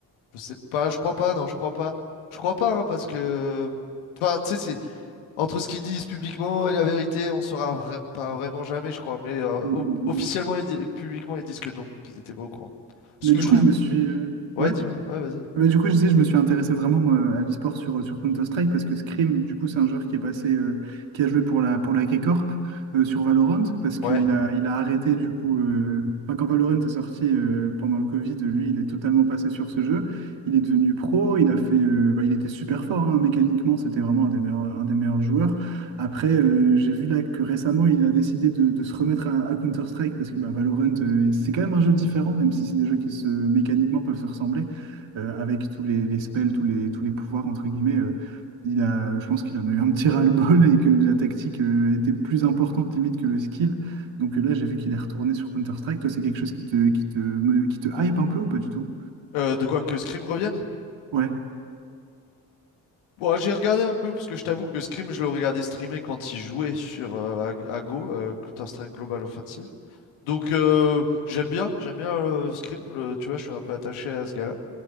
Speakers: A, on the left; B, on the right.
A: je sais pas, je crois pas, non, je crois pas. Je crois pas, hein, parce que. Enfin, tu sais, c'est entre ce qu'ils disent publiquement et la vérité, on saura vra- pas vraiment jamais, je crois. Mais euh,
B: Mm, mm,
A: o-
B: mm,
A: officiellement
B: mm.
A: et di- publiquement, ils disent que non, qu'ils étaient pas au courant. Ce
B: Mais
A: que
B: du
A: je
B: coup,
A: trouve.
B: je me suis, euh,
A: Ouais,
B: ouais.
A: dis-moi, ouais, vas-y.
B: Mais du coup, je disais, je me suis intéressé vraiment moi, à l'e-sport sur, sur Counter-Strike parce que Scream, du coup, c'est un joueur qui est passé, euh, qui a joué pour la, pour la K-Corp euh, sur Valorant parce qu'il
A: Ouais.
B: a, il a arrêté, du coup, euh, enfin, quand Valorant est sorti euh, pendant le Covid, lui, il est totalement passé sur ce jeu. Il est devenu pro, il a fait, euh, bah, il était super fort hein, mécaniquement, c'était vraiment un des meilleurs, un des meilleurs joueurs. Après, euh, j'ai vu là que récemment, il a décidé de, de se remettre à, à Counter-Strike parce que bah, Valorant, euh, c'est quand même un jeu différent, même si c'est des jeux qui se, mécaniquement peuvent se ressembler euh, avec tous les, les spells, tous les, tous les pouvoirs, entre guillemets, euh, il a, je pense qu'il en a eu un petit ras-le-bol <laughs> et que la tactique euh, était plus importante limite que le skill. Donc euh, là, j'ai vu qu'il est retourné sur Counter-Strike. Toi, c'est quelque chose qui te, qui te, me- qui te hype un peu ou pas du tout?
A: Euh, de quoi que Scream revienne?
B: Ouais.
A: Bon, j'ai regardé un peu, parce que je t'avoue que Scream, je le regardais streamer quand il jouait sur euh, à, à Go, euh, Counter-Strike Global Offensive. Donc euh, j'aime bien, j'aime bien euh, Scribble, euh, tu vois, je suis un peu attaché à ce gars-là.